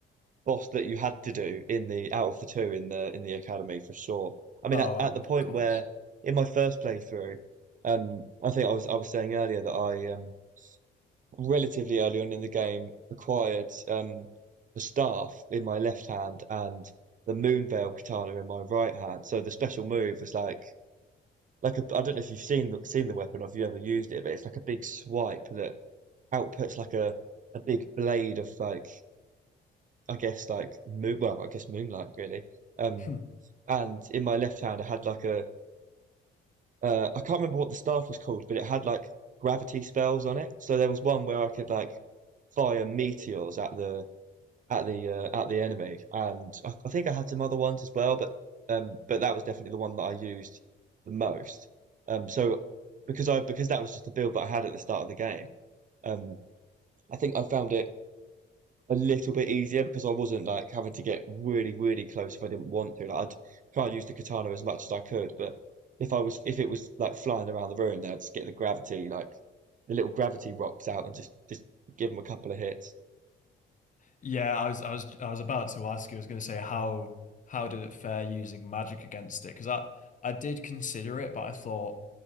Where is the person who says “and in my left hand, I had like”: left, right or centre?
Right